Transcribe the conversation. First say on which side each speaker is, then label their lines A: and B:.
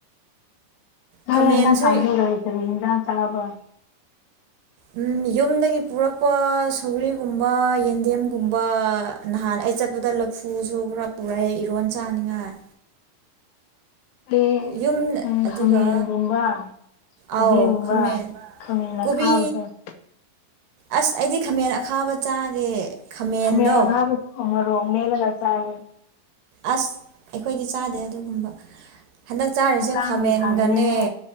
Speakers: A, on the left; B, on the right.
A: ꯅꯣꯏ
B: ꯈꯥꯃꯦꯟꯁꯨ
A: ꯍꯟꯗꯛ ꯀꯥꯟꯖꯦ <unintelligible> ꯔꯤ ꯀꯔꯤ ꯏꯟꯖꯥꯡ ꯆꯥꯕꯔ꯭ꯥ ꯫
B: ꯎꯝ ꯌꯨꯝꯗꯒꯤ ꯄꯨꯔꯛꯄ ꯁꯧꯒ꯭ꯔꯤꯒꯨꯝꯕ ꯌꯦꯟꯗꯦꯝꯒꯨꯝꯕ ꯫ ꯅꯍꯥꯟ ꯑꯩ ꯆꯠꯄꯗ ꯂꯐꯨꯁꯨ ꯈꯔ ꯄꯨꯔꯛꯑꯦ ꯏꯔꯣꯟ ꯆꯥꯅꯤꯡꯉꯥꯏ꯫
A: ꯂꯦ
B: ꯌꯨꯝ
A: ꯎꯝ
B: ꯑꯗꯨꯒ
A: ꯈꯃꯦꯟꯒꯨꯝꯕ ꯫ ꯀꯨꯕꯤ
B: ꯑꯥꯎ
A: ꯒꯨꯝꯕ
B: ꯈꯥꯃꯦꯟ
A: ꯈꯃꯦꯟ
B: ꯀꯣꯕꯤ
A: ꯑꯈꯥꯕꯗꯣ ꯫
B: ꯑꯁ ꯑꯩꯗꯤ ꯈꯥꯃꯦꯟ ꯑꯈꯥꯕ ꯆꯥꯗꯦ꯫ ꯈꯥꯃꯦꯟꯗꯣ
A: ꯈꯃꯦꯟ ꯑꯈꯥꯕ ꯎꯝ ꯃꯣꯔꯣꯛ ꯃꯦꯠꯂꯒ ꯆꯥꯏꯌꯦ ꯫
B: ꯑꯁ ꯑꯩꯈꯣꯏꯗꯤ ꯆꯥꯗꯦ ꯑꯗꯨꯒꯨꯝꯕ ꯫ ꯍꯟꯗꯛ ꯆꯥꯔꯤꯁꯦ
A: ꯍꯛꯆꯥꯡꯒꯤ
B: ꯈꯥꯃꯦꯟꯒꯅꯦ
A: ꯐꯕꯅꯦꯍꯦ